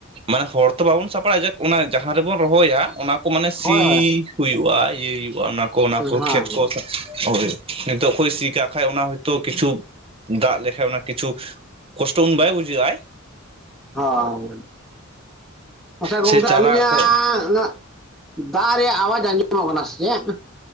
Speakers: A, on the right; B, in the centre.
A: ᱢᱟᱱᱮ ᱦᱚᱲ ᱛᱚ ᱵᱟᱵᱚᱱ ᱥᱟᱯᱲᱟᱜᱼᱟ ᱡᱟᱠ ᱚᱱᱟ ᱡᱟᱦᱟᱸ ᱨᱮᱵᱚᱱ ᱨᱚᱦᱚᱭᱟ ᱚᱱᱟ ᱠᱚ ᱢᱟᱱᱮ ᱥᱤ
B: ᱦᱳᱭ
A: ᱦᱩᱭᱩᱜᱼᱟ ᱤᱭᱟᱹᱭ ᱦᱩᱭᱩᱜᱼᱟ ᱚᱱᱟ ᱠᱚ ᱚᱱᱟ ᱠᱚ
B: ᱦᱮᱸ
A: ᱠᱷᱮᱛ ᱠᱚ ᱦᱳᱭ ᱱᱤᱛᱚᱜ ᱠᱷᱚᱭ ᱥᱤ ᱠᱟᱜ ᱠᱷᱟᱭ ᱚᱱᱟ ᱦᱚᱭ ᱛᱚ ᱠᱤᱪᱷᱩ ᱫᱟᱜ ᱞᱮᱠᱷᱟᱡ ᱚᱱᱟ ᱠᱤᱪᱷᱩ ᱠᱚᱥᱴᱚ ᱩᱱ ᱵᱟᱭ ᱵᱩᱡᱷᱟᱹᱜ ᱟᱭ
B: <unintelligible> ᱟᱪᱪᱷᱟ
A: ᱥᱮ
B: ᱜᱚᱝᱠᱮ
A: ᱪᱟᱨᱟ
B: ᱟᱹᱞᱤᱧᱟᱜ
A: ᱠᱚ
B: ᱫᱟᱜ ᱨᱮᱭᱟᱜ ᱟᱣᱟᱡᱽ ᱟᱸᱡᱚᱢᱚᱜ ᱠᱟᱱᱟ ᱥᱮ ᱪᱮᱫ